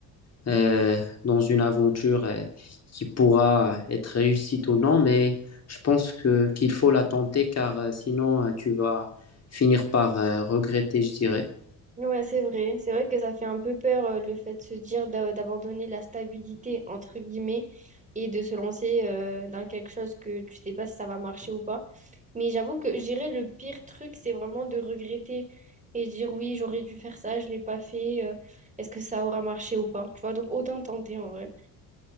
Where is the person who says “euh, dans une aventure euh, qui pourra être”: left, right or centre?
Left